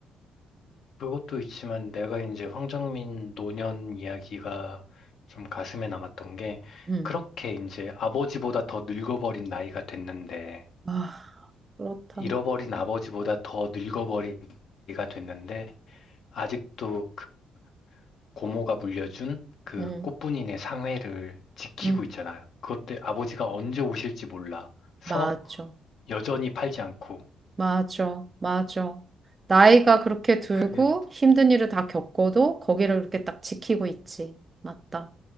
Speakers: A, on the left; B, on the right.
A: 그것도 있지만 내가 이제 황정민 노년 이야기가 좀 가슴에 남았던 게
B: 음.
A: 그렇게 이제 아버지보다 더 늙어버린 나이가 됐는데
B: 아, 그렇다.
A: 잃어버린 아버지보다 더 늙어버린 나이가 됐는데 아직도 그 고모가 물려준 그
B: 음,
A: 꽃분이네 상회를 지키고
B: 음,
A: 있잖아. 그것 때 아버지가 언제 오실지 몰라서
B: 맞아.
A: 여전히 팔지 않고
B: 맞아. 맞아. 나이가 그렇게 들고
A: 그게
B: 힘든 일을 다 겪어도 거기를 이렇게 딱 지키고 있지. 맞다.